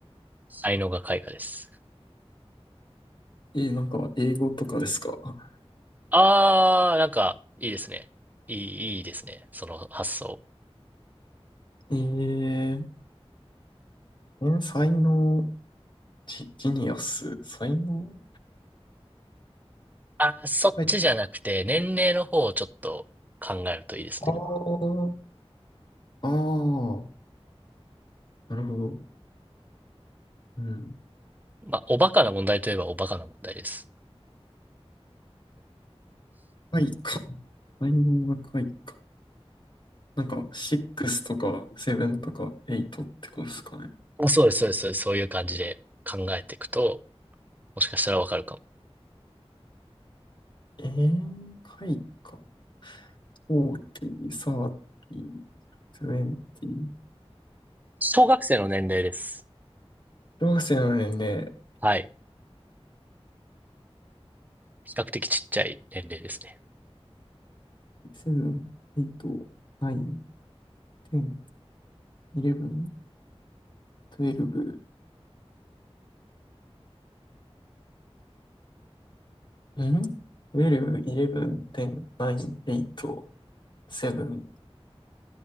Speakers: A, on the right (about 15°); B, on the left (about 50°).
A: 才能が開花です。
B: えー、なんか英語とかですか
A: ああ、なんか、いいですね。いい、いいですね。その発想。
B: えー、え才能、ジ、ジニアス、才能
A: ああ、そっちじゃなくて、
B: 開
A: 年齢の方をちょっと考えるといいですね。
B: 花。ああ、ああ、なるほど。うん。
A: まあ、おバカな問題といえばおバカな問題です。
B: 回か。才能が開花。なんか、6とか7とか8ってことですかね。
A: まあそうです、そうです、そうです。そういう感じで考えていくと、もしかしたらわかるかも。
B: えー、開花。40、30、20。
A: 小学生の年齢です。
B: 小学生の年齢、
A: はい。比較的ちっちゃい年齢ですね。
B: 7、8、9、10、11、12。トゥエルブん1イ11、10、9、8、7。